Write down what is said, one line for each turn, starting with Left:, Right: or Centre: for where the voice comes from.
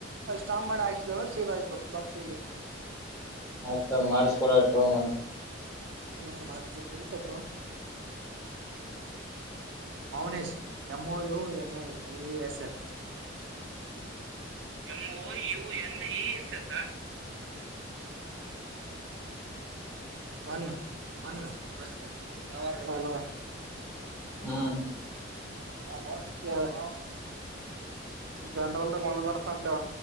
Right: ಅಲ್ಲಿ ಸ್ಟ್ಯಾಂಪ್ ಮಾಡಿ ಹಾಕ್ಸಿದ್ರೆ <unintelligible> ಸಿಗಯ್ತ ಬರ್ಸ ಇಲಿ
Left: ಆಯ್ತು ಮಾಡ್ಸಕೊಡು ತಕೊಂಡು ಬಂದು
Right: ಹ್ಮ್ ಮಾಡ್ತಿರ್ತೀ ಇರು ಸ್ವಲ್ಪ Mounesh M O U N I E S H M O U N E S H one one first hello
Left: ಹಾಂ
Right: ಹಾ ಹೋಗಿ ಕೇಳು ಜನ್ರಲ್ದಾಗ ಒಂದ್ ಬರ್ತ ಅಂತೆವ